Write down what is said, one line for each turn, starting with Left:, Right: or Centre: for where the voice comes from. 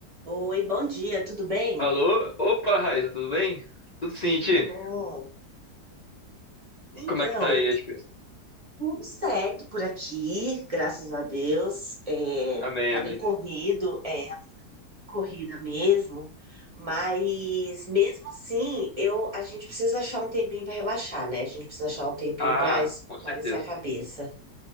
Right: Oi, bom dia, tudo bem?
Left: Alô? Opa, Raíssa, tudo bem? Tudo sim,
Right: Tudo
Left: Ti?
Right: bom? Então,
Left: Como é que tá aí as coisas?
Right: tudo certo por aqui, graças a Deus. É,
Left: Amém,
Right: tá
Left: amém.
Right: bem corrido, é corrida mesmo, mas mesmo assim, eu, a gente precisa achar um tempinho para relaxar, né? A gente precisa achar um tempinho
Left: Ah,
Right: para espairecer
Left: com certeza.
Right: a cabeça.